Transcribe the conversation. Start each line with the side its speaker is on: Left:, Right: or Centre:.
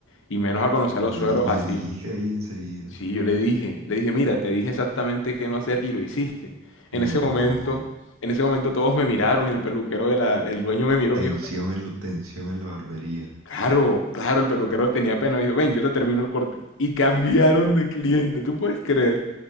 Left: Y menos a conocer
Right: Le,
Left: a los sueros
Right: di- le
Left: así.
Right: dijiste ahí enseguida.
Left: Sí, yo le dije, le dije, mira, te dije exactamente qué no hacer y lo hiciste. En
Right: Uy,
Left: ese momento,
Right: no.
Left: en ese momento todos me miraron y el peluquero de la, el dueño me miró,
Right: Tensión
Left: me dijo,
Right: en, tensión en la barbería.
Left: claro, claro, el peluquero tenía pena, me dijo, ven, yo te termino el corte. Y cambiaron de cliente, ¿tú puedes creer?